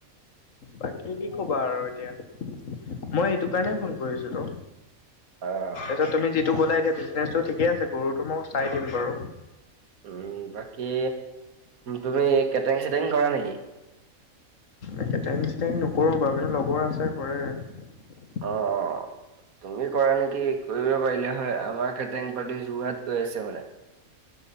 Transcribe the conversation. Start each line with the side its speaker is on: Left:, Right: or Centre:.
Left: বাকী কি ক'বা আৰু এতিয়া মই এইটো কাৰণে ফোন কৰিছিলোঁ
Right: আহ
Left: এইটো তুমি যিটো
Right: বাকী
Left: ক'লা এতিয়া বিজনেচটো ঠিকে আছে গৰুটো মই চাই দিম বাৰু।
Right: উম বাকী তুমি কেটাৰিং চেটিং কৰা নেকি?
Left: এ কেটেঙ চেটেঙ নকৰোঁ বাৰু কিন্তু লগৰ আছে কৰে।
Right: অ অ। তুমি কৰা নেকি কৰিব পাৰিলে হয় আমাৰ কেটেং পাৰ্টি যোৰহাট গৈ আছে মানে। <unintelligible> <unintelligible>